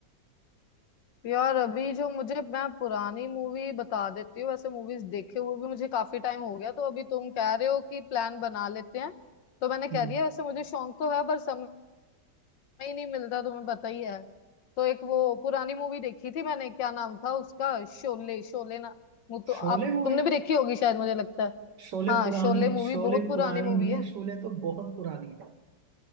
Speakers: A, on the left (about 75°); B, on the right (about 65°).
A: यार अभी जो मुझे मैं पुरानी मूवी बता देती हूँ वैसे मूवीज देखे हुए भी मुझे काफी टाइम हो गया तो अभी तुम कह रहे हो कि प्लान बना लेते हैं तो मैंने कह
B: हम्म
A: दिया वैसे मुझे शौक तो है पर समय ही नहीं मिलता तुम्हें पता ही है तो एक वो पुरानी मूवी देखी थी मैंने क्या नाम था उसका शोले शोले ना वो तो
B: शोले
A: आप
B: मूवी
A: तुमने भी देखी होगी शायद मुझे लगता है
B: शोले
A: हाँ
B: पुरानी
A: शोले मूवी
B: शोले
A: बहुत पुरानी
B: पुरानी
A: मूवी
B: नहीं
A: है
B: है शोले तो बहुत पुरानी है